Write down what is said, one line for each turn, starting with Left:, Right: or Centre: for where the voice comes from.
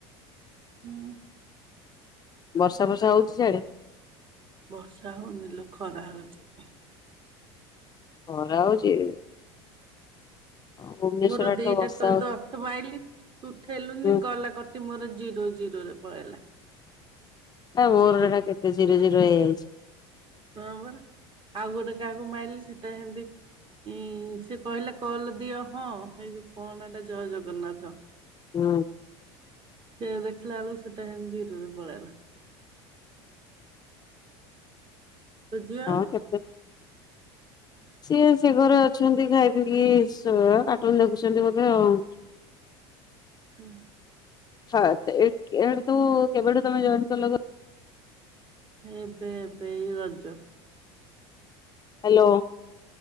Right: ହଁ।
Left: ବର୍ଷା ଫର୍ଷା ହଉଛି ସିଆଡେ?
Right: ବର୍ଷା ହଉନି ଲୋକ ଖରା ହଉଛି।
Left: ଖରା ହଉଛି। ଭୁବନେଶ୍ୱର
Right: ମୋର
Left: ଆଡେ
Right: ଦିଟା
Left: ତ ବର୍ଷା
Right: କ
Left: ହଉଛି
Right: ତ ଅର୍ଥ ପାଇଲି ତୁ ଉଠେଇଲୁନି
Left: ହୁଁ
Right: ଗଲା କ ମର ଜିରୋ ଜିରୋ ରେ ପଳେଇଲା।
Left: ଆ ମୋର
Right: ଜିରୋ
Left: ଏଟା କେତେ ଶିରଝିର ହେଇଯାଇଛି।
Right: ହଁ ପରା ଆଉ ଗୋଟେ କାହାକୁ ମାଇଲି ସେଟା ଏମତି କହିଲେ କଲ ଦିଅ ହଁ ଏଇ ଯୋ କଣ ଏଇଟା ଜୟ ଜଗନ୍ନାଥ।
Left: ହଁ।
Right: ସେ ଦେଖିଲା ବେଳ ସେଟା ହେ ଜିରରେ ପଳେଇଲା। ତୋ ଝିଅ?
Left: ହଁ କେ ସିଏ ସେ ଘରେ ଅଛନ୍ତି ଖାଇ ପିି କାଟୁନ ଦେଖୁଛନ୍ତି ବୋଧେ ଆଉ।
Right: ହୁଁ।
Left: ହଁ ଆଛା ତୁ କେବେଠୁ ତମେ ଜଏନ୍ କଲ?
Right: ଏବେ ଏବେ ଏଇ ରଜ।
Left: ହ୍ୟାଲୋ।